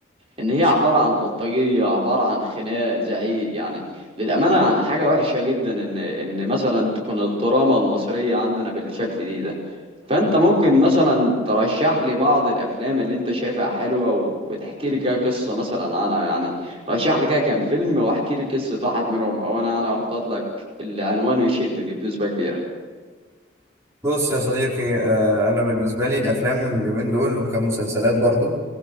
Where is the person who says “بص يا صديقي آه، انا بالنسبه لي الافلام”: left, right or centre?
Right